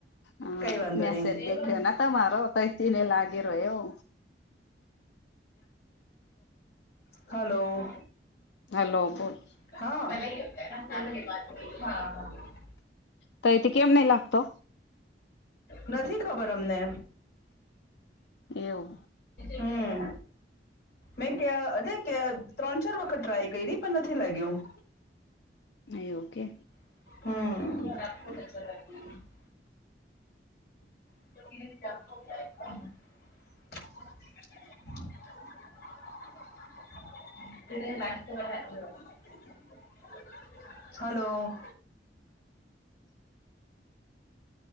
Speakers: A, on the left; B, on the left.
A: હં
B: કઈ વાંધો
A: મેસેજ
B: નહી
A: દેખ્યો નતો મારો તઈ તેને લાગે રો એવો
B: હલો.
A: હલો બોલ.
B: હાં હાં
A: તઈથી કેમ નહી લાગતો?
B: નથી ખબર અમને.
A: એવું
B: હમ્મ. મેં ક અ ત્રણ ચાર વખત ટ્રાય કયરી પણ નથી લાગ્યું.
A: એવુ કે
B: હમ્મ. <unintelligible> <unintelligible> હલો.